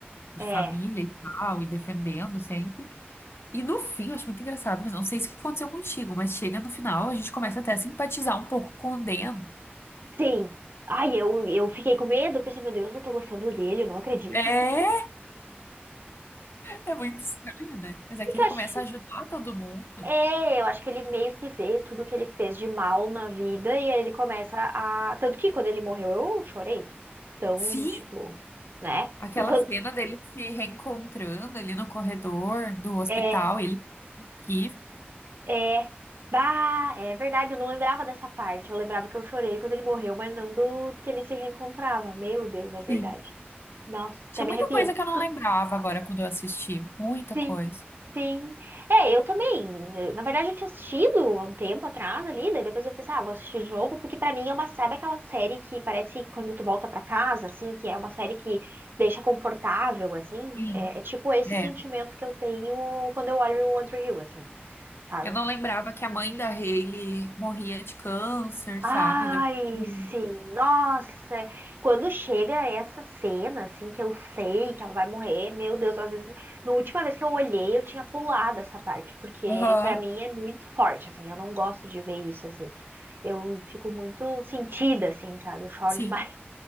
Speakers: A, on the left; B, on the right.
A: e
B: é,
A: de família e tal, e defendendo sempre. E no fim, eu acho muito engraçado, mas não sei se aconteceu contigo, mas chega no final, a gente começa até a simpatizar um pouco com o Dan.
B: sim. Ai, eu, eu fiquei com medo, eu pensei, meu Deus, eu tô gostando dele, eu não acredito.
A: É,
B: <laughs>
A: é muito estranho, né? Mas é
B: Porque
A: que ele
B: eu acho,
A: começa a ajudar todo mundo.
B: é, eu acho que ele meio que vê tudo que ele fez de mal na vida e aí ele começa a. Tanto que quando ele morreu eu chorei, né? Então,
A: Sim,
B: tipo, né?
A: aquela
B: E quando.
A: cena dele se reencontrando ali no corredor do hospital,
B: É,
A: ele aqui.
B: é. Bah, é verdade, eu não lembrava dessa parte. Eu lembrava que eu chorei quando ele morreu, mas não do que ele se reencontrava. Meu Deus, é
A: Sim.
B: verdade. Nossa, até
A: Tinha
B: me
A: muita
B: arrepiei.
A: coisa que eu não lembrava agora quando eu assisti. Muita
B: Sim,
A: coisa.
B: sim. É, eu também. eh, Na verdade, eu tinha assistido há um tempo atrás ali, daí depois eu pensei, ah, vou assistir de novo, porque pra mim é uma, sabe aquela série que parece quando tu volta pra casa, assim, que é uma série que deixa confortável, assim?
A: Sim.
B: É, é tipo esse
A: É.
B: sentimento que eu tenho quando eu olho o One Tree Hill, assim, sabe?
A: Eu não lembrava que a mãe da Hailey morria de câncer,
B: Ai,
A: sabe? Depois Hum.
B: sim, nossa, quando chega essa cena, assim, que eu sei que ela vai morrer, meu Deus, às vezes, na última vez que eu olhei, eu tinha pulado essa parte, porque
A: Aham.
B: pra mim é muito forte, assim, eu não gosto de ver isso, assim, eu fico muito sentida, assim, sabe, eu choro
A: Sim.
B: demais,